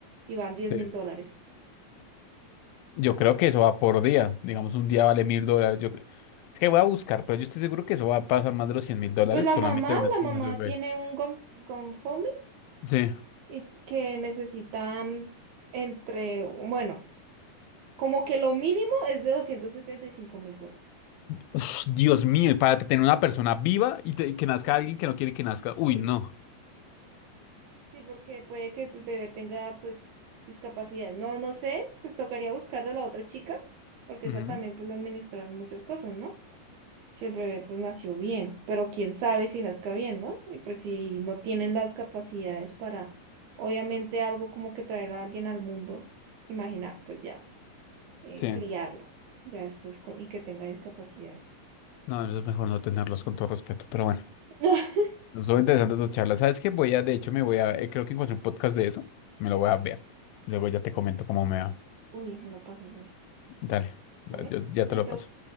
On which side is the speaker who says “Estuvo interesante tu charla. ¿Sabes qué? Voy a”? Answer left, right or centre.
Left